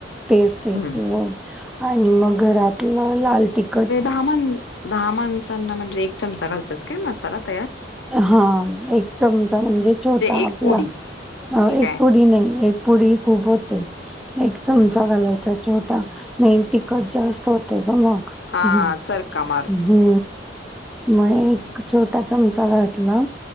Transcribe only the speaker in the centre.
टेस्ट येते.
हो आणि मग घरातलं लाल तिखट
हा, एक चमचा म्हणजे छोटा
आपला.
अ
एक
पुडी नाही, एक पुडी खूप होते. एक चमचा
घालायचा छोटा, नाही तिखट
जास्त होते ग मग.
ह-
हम्म,
म एक छोटा चमचा घातला,